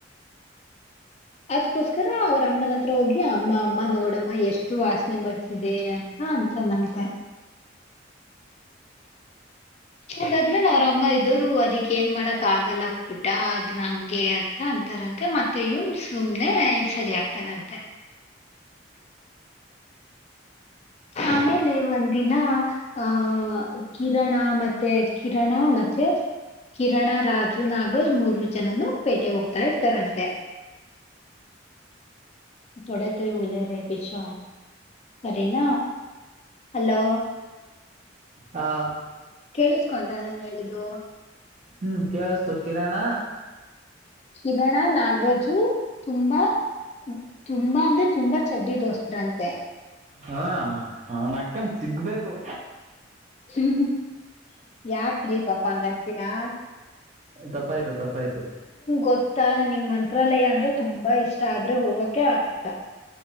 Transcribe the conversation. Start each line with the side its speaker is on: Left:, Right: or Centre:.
Left: ಅದಕೋಸ್ಕರ ಅವ್ರ ಅಮ್ಮನತ್ರ ಹೋಗಿ ಅಮ್ಮ ಅಮ್ಮ ನೋಡಮ್ಮ ಎಷ್ಟು ವಾಸನೆ ಬರ್ತಿದೆ ಅಂತ ಅಂತನಂತೆ ಅದಾದ್ಮೇಲೆ ಅವ್ರಮ್ಮ ಇದರು ಅದಿಕ್ ಏನ್ ಮಾಡಕ್ ಆಗಲ್ಲ ಬಿಿಟ ಅದ್ ನಂಗೆ ಅಂತ ಅಂತಾರಂತೆ ಮತ್ತ ಇನ್ ಸುಮ್ನೆ ಸರಿ ಆಗ್ತಾನಂತೆ ಆಮೇಲೆ ಒಂದಿನ ಅಹ ಕಿರಣರಣ ಮತ್ತೆ ಕಿರಣರಣ ಮತ್ತೆ ಕಿರಣ ರಾಜು ನಾಗರಾಜ್ ಮೂರು ಜನನು ಪೇಟೆ ಹೋಗ್ತಾ ಇರ್ತಾರಂತೆ ೋಡೆ ತರಿ ಬಲ ರ ಪಿೋ ಸರಿ ನ ಹಲೋ
Right: ಹಾ
Left: ಕಳಿಸಸ್ಕೊಂಟ ನನ್ ಹೇಳಿದ್ದು
Right: ಹ್ಮ್ ಕವಸ್ತು ಕಿರಾಣ
Left: ಕಿರಣರಣ ನಾಗರಾಜು ತುಂಬಾ ತುಂಬಾ ಅಂದ್ರೆ ತುಂಬಾ ಚಡ್ಡಿ ದೋಸ್್ರಂತೆ
Right: ಹಾ ನನ್ ಅಕ್ಕನ್ ಸಿಗ್ಬೇಕು
Left: ಹ್ಮ್ ಯಾಕ್್ರೀ ಪಾಪ ಅಂಗ ಿದ್ದೀರಾ
Right: ತಪ್ಪಾಯ್ತು ತಪ್ಪಾಯ್ತು
Left: ಗೊತ್ತಾ ನನಗ್ ಮ ಮಂತ್ರಾಲಯ ಅಂದ್ರೆ ತುಂಬಾ ಇಷ್ಟ ಆದ್ರೆ ಹೋಗಕ್ಕೆೆ ಆಗ್ತ ಹ